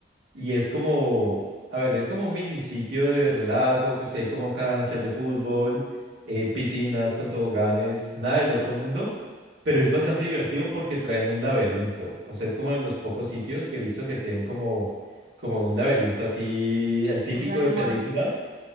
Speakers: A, on the right; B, on the right.
A: y es como, a ver, es como un mini sitio de relajo, pues si hay como canchas de fútbol, eh, piscinas con toboganes, nada del otro mundo, pero es bastante divertido porque traen un laberinto. O sea, es como de los pocos sitios que he visto que tienen como, como un laberinto así, el típico
B: O sea,
A: de
B: como
A: películas.